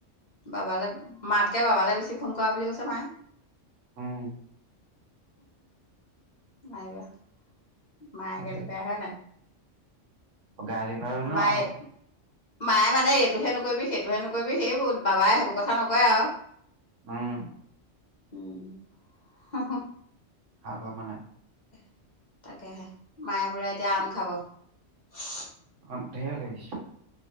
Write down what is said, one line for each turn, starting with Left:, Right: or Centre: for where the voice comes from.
Left: বাবালৈ মাতকে বাবালৈ বেছি ফোন কৰা বুলি কৈছ মায়ে।
Right: উম
Left: নিবা <unintelligible> <unintelligible> মায়ে
Right: তাৰপিছত
Left: গালি পাৰে হয় নাই
Right: গাড়ী পাই উল
Left: মায়ে
Right: ন <unintelligible> <unintelligible> <unintelligible>
Left: মায়ে মানে এইটোহে নকৰিবি সেইটোহে নকৰিবি সেইবোৰ বাবাই সেইবোৰ কথা নকয় আৰু
Right: হম।
Left: উম। হ হা
Right: ভালল মানে <unintelligible> <unintelligible>
Left: <inaudible> তাকেহে মায়ে পোৰা এতিয়া আম খাব <unintelligible>
Right: অ ঢেৰ লাগিছে